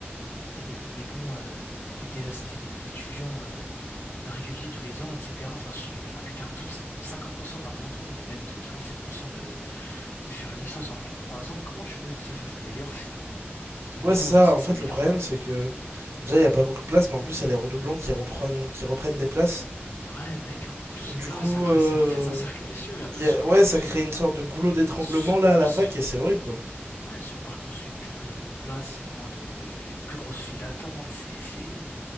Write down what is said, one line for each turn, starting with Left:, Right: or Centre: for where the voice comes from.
Left: t'étais, t'étais bon, euh, t'étais, t'étais étudiant euh, réguliers tous les ans, etc. Enfin, je- avec un taux de 50% d'abandon et même de 47% de, de faire une licence en plus de 3 ans, comment tu veux que ça, ça s'améliore si ton le
Right: Ouais,
Left: niveau
Right: c'est ça.
Left: au lycée
Right: En
Left: ne
Right: fait,
Left: s'améliore
Right: le problème,
Left: pas?
Right: c'est que déjà, il n'y a pas beaucoup de place, mais en plus, il y a les redoublants qui reprennent, qui reprennent des places.
Left: Dire, Ouais, bah, qu'ils reprennent plus
Right: Du
Left: de place.
Right: coup,
Left: Après,
Right: euh,
Left: c'est en fait, c'est un cercle vicieux. Après,
Right: y a-
Left: sur Parcoursup,
Right: ouais, ça crée une sorte de goulot d'étranglement
Left: sur,
Right: là à la
Left: sur,
Right: fac et c'est horrible quoi.
Left: ouais, sur Parcoursup, du coup, il y a moins de place, il y a moins de, de plus grosse file d'attente. C'est, c'est,